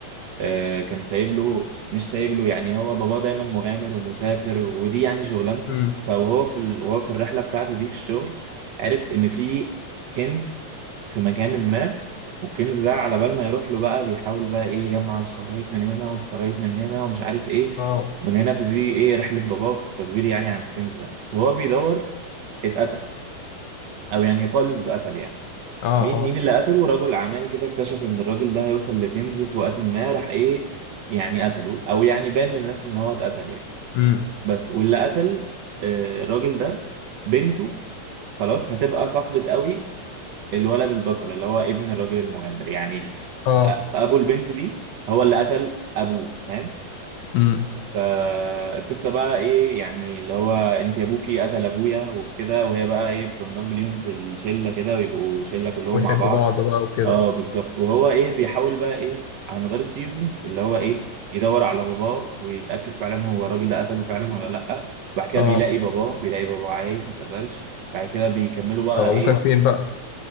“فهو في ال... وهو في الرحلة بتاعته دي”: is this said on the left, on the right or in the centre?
Right